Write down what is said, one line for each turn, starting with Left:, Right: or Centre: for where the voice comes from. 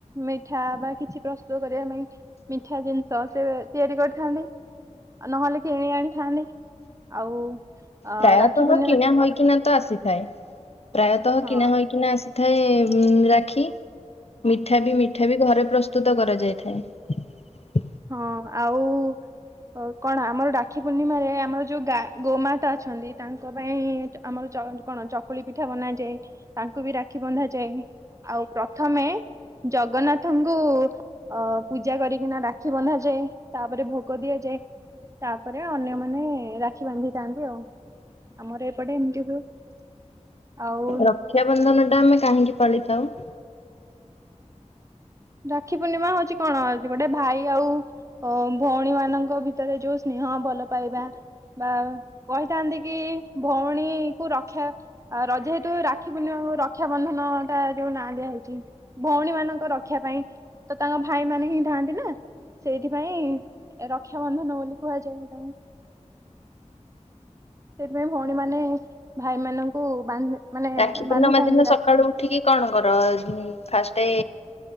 Right: ମିଠା ବା କିଛି ପ୍ରସ୍ତୁତ କରିବା ପାଇଁ ମିଠା ଜିନିଷ ସେ ତିଆରି କରିଥାନ୍ତି ଆଉ ନହେଲେ କି କିଣି ଆଣିଥାନ୍ତି। ଆଉ ଅ
Left: ପ୍ରାୟତଃ
Right: ରାକ୍ଷୀ ପୂର୍ଣ୍ଣିମା
Left: କିଣା ହୋଇକିନା ତ ଆସିଥାଏ। ପ୍ରାୟତଃ
Right: ହଁ
Left: କିଣା ହୋଇକିନା ଆସିଥାଏ ରାକ୍ଷୀ। ମିଠା ବି ମିଠା ବି ଘରେ ପ୍ରସ୍ତୁତ କରାଯାଇଥାଏ।
Right: ହଁ ଆଉ। ଅ କଣ ଆମର ରାକ୍ଷୀ ପୂର୍ଣ୍ଣିମାରେ ଆମର ଯୋଉ ଗା ଗୋମାତା ଅଛନ୍ତି ତାଙ୍କ ପାଇଁ ଆମର କଣ ଚକୁଳି ପିଠା ବନାଯାଏ ତାଙ୍କ କୁ ବି ରାକ୍ଷୀ ବନ୍ଧାଯାଏ ଆଉ ପ୍ରଥମେ ଜଗନ୍ନାଥ ଙ୍କୁ ଅ ପୂଜା କରିକିନା ରାକ୍ଷୀ ବନ୍ଧାଯାଏ ତାପରେ ଭୋଗ ଦିଆଯାଏ। ତାପରେ ଅନ୍ୟମାନେ ରାକ୍ଷୀ ବାନ୍ଧିଥାନ୍ତି ଆଉ। ଆମର ଏପଟେ ଏମିତି ହୁଏ। ଆଉ
Left: ରକ୍ଷାବନ୍ଧନ ଟା ଆମେ କାହିଁକି ପାଳିଥାଉ?
Right: ରାକ୍ଷୀ ପୂର୍ଣ୍ଣିମା ହଉଛି କଣ ଗୋଟେ ଭାଇ ଆଉ ଭଉଣୀ ମାନଙ୍କ ଭିତରେ ଯୋଉ ସ୍ନେହ। ହଁ ଭଲ ପାଇବା। ବା କହିଥାନ୍ତି କି ଭଉଣୀ କୁ ରକ୍ଷା ଆଉ ରଜ ହେତୁ ରାକ୍ଷୀ ପୂର୍ଣି ମା ରକ୍ଷାବନ୍ଧନ ଟା ଯୋଉ ନାଁ ଦିଆଯାଇଛି ଭଉଣୀ ମାନଙ୍କ ରଖା ପାଇଁ ତ ତାଙ୍କ ଭାଇ ମାନେ ହିଁ ଥାଆନ୍ତି ନା। ସେଇଥିପାଇଁ ରକ୍ଷାବନ୍ଧନ ବୋଲି କୁହାଯାଏ ସେଇଟାକୁ। ସେଥିପାଇଁ ଭଉଣୀ ମାନେ ଭାଇମାନଙ୍କୁ ବାନ୍ଧି ମାନେ
Left: ରାକ୍ଷୀ ପୂର୍ଣ୍ଣିମା
Right: ବାନ୍ଧିଥାନ୍ତି
Left: ଦିନ ସକାଳୁ
Right: ରାକ୍ଷୀ
Left: ଉଠିକି କଣ କର ଫାଷ୍ଟ